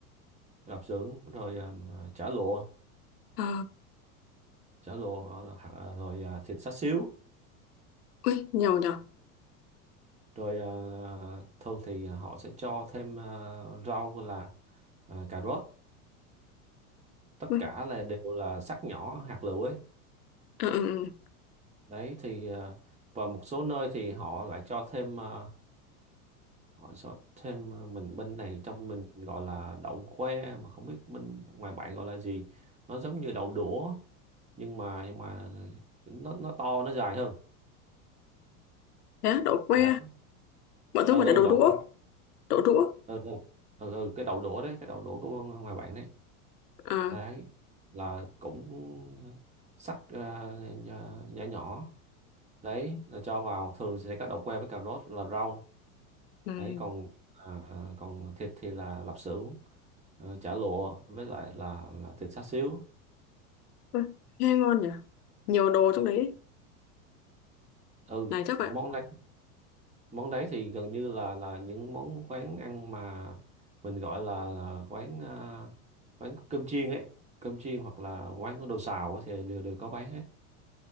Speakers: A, on the right; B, on the left.
A: lạp xưởng rồi ờ, chả lụa
B: ờ
A: chả lụa hoặc là hoặc là- rồi ờ, thịt xá xíu
B: ui nhiều nhở
A: rồi ờ, thường thì họ sẽ cho thêm ờ, rau là ờ, cà rốt tất
B: ui
A: cả là đều là sắc nhỏ hạt lựu ấy
B: ờ ừ, ừ.
A: đấy thì ờ, và một số nơi thì họ lại cho thêm ờ, họ cho thêm ờ, mình bên này trong mình gọi là đậu que mà không biết bên ngoài bạn gọi là gì nó giống như đậu đũa nhưng mà nhưng mà nó nó to nó dài hơn
B: thế á, đậu que
A: đấy
B: bọn tớ
A: ừ
B: gọi
A: ừ
B: là đậu
A: đậu
B: đũa
A: que
B: đậu đũa
A: ừ ừ ừ, ừ cái đậu đũa đấy cái đậu đũa của ngoài bạn đấy
B: ờ
A: đấy là cũng sắc ờ, nhỏ nhỏ nhỏ. đấy là cho vào thường sẽ có đậu que với cà rốt là rau
B: ừ.
A: đấy còn à, còn thịt thì là lạp xưởng ờ, chả lụa với lại là, là thịt xá xíu
B: ui, nghe ngon nhỉ nhiều đồ trong đấy
A: ừ
B: này chắc vậy
A: món đấy món đấy thì gần như là là những món quán ăn mà mình gọi là, là quán à, quán cơm chiên ấy cơm chiên hoặc là quán có đồ xào ấy, thì đều đều có bán hết